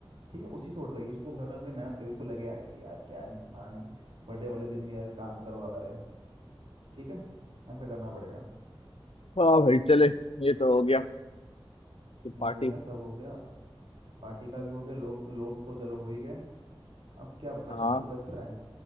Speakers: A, on the right; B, on the left.
A: ठीक है उसी से उठवाइयो उसको मेरा थोड़ी मेहनत करियो उसको लगे यार ये यार क्या इंसान है बर्थडे वाले दिन भी यार काम करवा रहे हैं ठीक है ऐसा करना पड़ेगा
B: हाँ भाई चले ये तो हो गया कि
A: ये
B: पार्टी
A: हो गया सब हो गया पार्टी का भी हो गया लोग लोग तो चलो हो ही गए अब क्या
B: हाँ
A: बचा कुछ बच रहा है